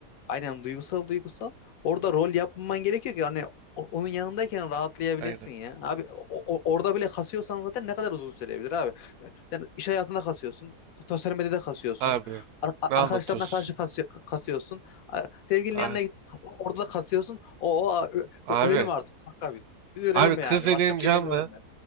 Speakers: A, on the left (about 65°); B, on the right (about 75°).
A: aynen duygusal duygusal. Orada rol yapman gerekiyor ki hani o- onun yanındayken rahatlayabilesin
B: Aynen.
A: ya. Abi o- o- orada bile kasıyorsan zaten ne kadar uzun sürebilir abi. E, Sen iş hayatında kasıyorsun. Sosyal medyada kasıyorsun.
B: Abi
A: ar- a-
B: ne anlatıyorsun?
A: arkadaşlarına karşı kasıyor- kasıyorsun. a- Sevgilinin
B: Ha,
A: yanına git. Orada da kasıyorsun. O, o, ö-
B: abi.
A: ö- ölelim artık. Hakka biz. Biz ölelim
B: Abi kız
A: yani.
B: dediğin
A: Başka bir
B: canlı.
A: şey demiyorum ben.